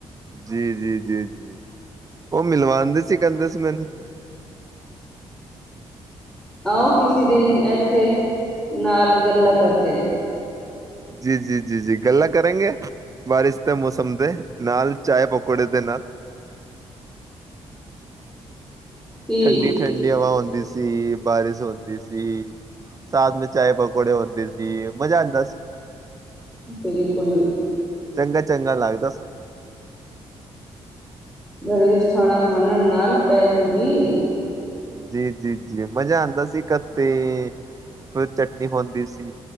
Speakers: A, on the right; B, in the centre.
A: ਜੀ-ਜੀ-ਜੀ-ਜੀ ਓ ਮਿਲਵਾਂਦੇ ਸੀ ਕੇਂਦੇ ਸੀ ਮੈਨੂੰ।
B: ਆਓ ਕਿਸੀ ਦਿਨ ਐਥੇ ਨਾਲ ਗੱਲਾਂ ਕਰਤੇ।
A: ਜੀ-ਜੀ-ਜੀ-ਜੀ ਗੱਲਾਂ ਕਰੇਂਗੇ। ਬਾਰਿਸ ਦੇ ਮੌਸਮ ਦੇ ਨਾਲ ਚਾਏ-ਪਕੌੜੇ ਦੇ ਨਾ
B: ਠੀਕ
A: ਠੰਡੀ-ਠੰਡੀ ਹਵਾ ਹੁੰਦੀ ਸੀ, ਬਾਰਿਸ ਹੁੰਦੀ ਸੀ। ਸਾਥ ਮੇ ਚਾਏ-ਪਕੌੜੇ ਹੁੰਦੇ ਸੀ, ਮਜ਼ਾ ਆਂਦਾ ਸੀ।
B: ਬਿਲਕੁਲ।
A: ਚੰਗਾ-ਚੰਗਾ ਲਾੱਗਦਾ ਸਬ।
B: ਘਰੇ ਵਿੱਚ ਖਾਣਾ ਖਾਣਾ ਨਾਲ ਪੇਜੇ ਗੀ।
A: ਜੀ-ਜੀ-ਜੀ ਮਜ਼ਾ ਆਦਾ ਸੀ ਕਿਤੇ ਫਿਰ ਚਟਨੀ ਹੁੰਦੀ ਸੀ,